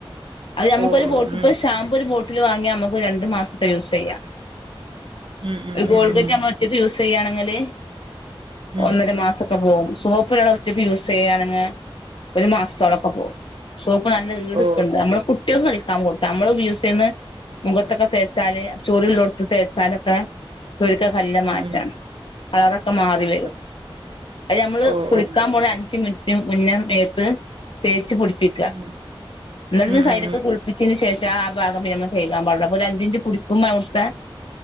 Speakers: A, on the left (about 60°); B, on the right (about 65°).
A: അയ് നമുക്കൊരു
B: ഓ
A: ബോട്ട്പ്പോഷാമ്പൂ
B: ഉം
A: ഒരു ബോട്ടില് വാങ്ങിയനമക്ക് രണ്ടു മാസത്തെയൂസെയ്യാം
B: ഉം ഉം
A: ഒരുഗോൾഗറ്റ്നമ്മലോറ്റക്ക്
B: ഉം ഉം
A: യൂസെ യ്യയാണെങ്കില്ഒന്നരമാസ
B: ഉം
A: പോകുംസോപ്പ്ഒരാളൊറ്റക്ക് യൂസെ യ്യേണെങ്ക ഒരു മാസത്തോളം അപ്പോ സോപ്പ് നല്ല ഈട്ക്കണ്ട്
B: ഓ
A: നമ്മള് റ്റകളിക്കാകൊടുത്തനമ്മപയോഗിചെയന്ന്മുഖത്തൊക്കെ തേച്ചാല് ചോറള്ള തേച്ചാലൊക്കെ <unintelligible> നല്ലമാറ്റാണ്
B: ഉം ഉം
A: കളറോക്കെ മാറിവരും
B: അത്
A: അയ് നമ്മള്
B: ഓ ഓ ഉം.
A: ഒരു അഞ്ചു മിനിറ്റ് മുന്നേ മൊത്ത് തേച്ച്കുളിപ്പിക്ക
B: ഉം
A: ന്നാലും സൈലക്കെ
B: ഉം
A: ച്ചന് ശേഷ ആഭാഗം നമ്മള് തേകാപാടോള്ളൂ ഒരഞ്ചൻറ്റ് കുടിക്കുമ്പോ അവിടുത്തെ